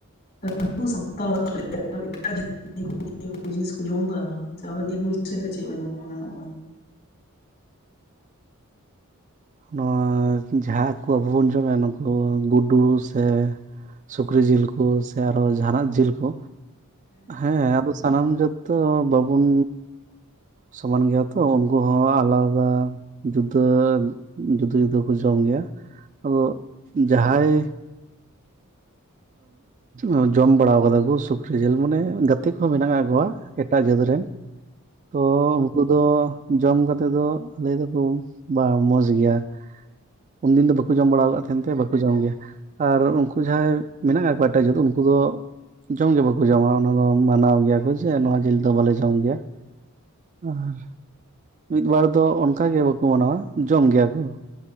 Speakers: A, on the left (about 45°); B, on the right (about 35°).
A: ᱟᱵᱚ ᱥᱟᱱᱛᱟᱞ <inaudible> <unintelligible> ᱮᱴᱟᱜ ᱡᱟᱹᱛᱤ ᱠᱚ <inaudible> ᱱᱤᱭᱟᱹ ᱡᱤᱱᱤᱥ ᱠᱚ ᱡᱚᱢ ᱮᱫᱟ, ᱥᱮ ᱟᱵᱮᱱ ᱱᱤᱭᱟᱹ ᱠᱚ ᱪᱮᱫ ᱵᱤᱥᱚᱭ ᱨᱮ ᱪᱮᱫ ᱵᱮᱱ ᱜᱩᱱᱟᱹᱱᱚᱜ ᱠᱟᱱᱟ?
B: ᱱᱚᱣᱟ ᱡᱟᱦᱟᱸ ᱠᱚ ᱟᱵᱚ ᱵᱚᱱ ᱡᱚᱢᱮᱜ-ᱟ ᱱᱩᱠᱩ ᱜᱩᱰᱩ ᱥᱮ ᱥᱩᱠᱨᱤ ᱡᱤᱞ ᱠᱚ ᱥᱮ ᱟᱨᱦᱚᱸ ᱡᱟᱦᱟᱸᱱᱟᱜ ᱡᱤᱞ ᱠᱚ ᱦᱮᱸ ᱟᱫᱚ ᱥᱟᱱᱟᱢ ᱡᱟᱹᱛ ᱫᱚ ᱵᱟᱵᱩᱱ ᱥᱚᱢᱟᱱ ᱜᱮᱭᱟ ᱛᱚ, ᱩᱱᱠᱩ ᱦᱚᱸ ᱟᱞᱟᱫᱟ ᱡᱩᱫᱟᱹ ᱡᱩᱫᱟᱹ ᱡᱩᱫᱟᱹ ᱠᱚ ᱡᱚᱢ ᱜᱮᱭᱟ, ᱟᱫᱚ ᱡᱟᱦᱟᱸᱭ ᱟᱸ ᱡᱚᱢ ᱵᱟᱲᱟᱣ ᱠᱟᱫᱟ ᱠᱚ ᱥᱩᱠᱨᱤ ᱡᱤᱞ ᱢᱟᱱᱮ ᱜᱟᱛᱮ ᱠᱚᱦᱚᱸ ᱢᱮᱱᱟᱜ ᱟᱠᱟᱜ ᱠᱚᱣᱟ ᱾ ᱮᱴᱟᱜ ᱡᱟᱹᱛ ᱨᱮᱱ, ᱛᱚ ᱩᱝᱠᱩ ᱫᱚ ᱡᱚᱢ ᱠᱟᱛᱮᱫ ᱫᱚ ᱞᱟᱹᱭ ᱫᱟᱠᱚ ᱵᱟ ᱢᱚᱡᱽ ᱜᱮᱭᱟ ᱾ ᱩᱱᱫᱤᱱ ᱫᱚ ᱵᱟᱠᱚ ᱡᱚᱢ ᱵᱟᱲᱟ ᱠᱟᱫ ᱛᱟᱦᱮᱱ ᱛᱮ ᱵᱟᱠᱚ ᱡᱚᱢ ᱜᱮᱭᱟ, ᱟᱨ ᱩᱱᱠᱩ ᱡᱟᱦᱟᱸᱭ ᱢᱮᱱᱟᱜ ᱠᱟᱜ ᱠᱚᱣᱟ ᱮᱴᱟᱜ ᱡᱟᱹᱛ ᱩᱱᱠᱩ ᱫᱚ ᱡᱚᱢ ᱜᱮ ᱵᱟᱠᱚ ᱡᱚᱢᱟ ᱚᱱᱟ ᱫᱚ ᱢᱟᱱᱟᱣ ᱜᱮᱭᱟ ᱠᱚ ᱡᱮ ᱱᱚᱣᱟ ᱡᱤᱞ ᱫᱚ ᱵᱟᱞᱮ ᱡᱚᱢ ᱜᱮᱭᱟ ᱾ ᱟᱨ ᱢᱤᱫ ᱵᱟᱨ ᱫᱚ ᱚᱱᱠᱟ ᱜᱮ ᱵᱟᱠᱚ ᱢᱟᱱᱟᱣᱟ ᱡᱚᱢ ᱜᱮᱭᱟ ᱠᱚ ᱾